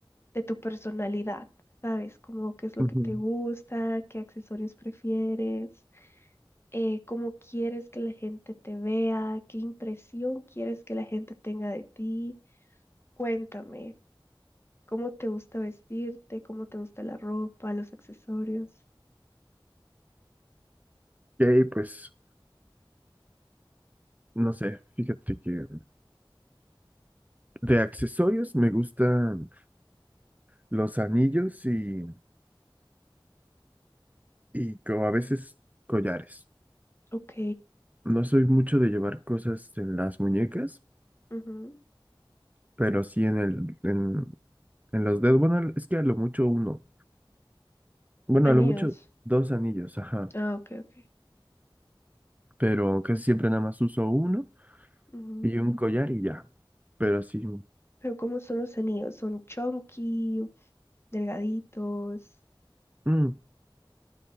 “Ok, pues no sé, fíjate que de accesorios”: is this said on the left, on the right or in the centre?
Right